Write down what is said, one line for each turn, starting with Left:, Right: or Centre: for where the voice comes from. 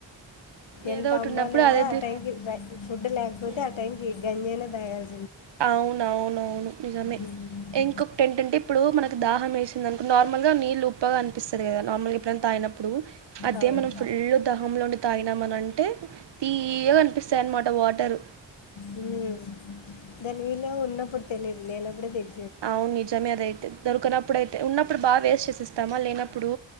Left: ఎంత
Right: ఏదో ఒకటి
Left: అమ్బాలనా
Right: ఉన్నప్పుడు అదే తి
Left: ఆ టైంకి ఫుడ్ లేకపోతే
Right: ఉమ్.
Left: ఆ టైకి గంజాయినా తాగాలి.
Right: అవునవునవును నిజమే
Left: ఉం.
Right: ఇంక ఏంటంటే ఇప్పుడు మనకు దాహం వేసింది అనుకొ నార్మల్గా నీళ్ళు ఉప్పగా అనిపిస్తుంది కదా నార్మల్గా ఎప్పుడైనా తాగనప్పుడు. అదే
Left: అవును
Right: మనం ఫుల్ దా హ లోండి తాగినమని అంటే తీయ కనిపిస్తాయి అనమాట వాటరు.
Left: మ్మ్. దాని వీళ్ళ ఉన్నప్పుడు తెలీదు నేనప్పుడే తెలి
Right: అవును నిజమే అదైతేది దొరికనప్పుడు అయితే ఉన్నప్పుడు బాగా వేస్ట్ చేసిస్తామా లేనప్పుడు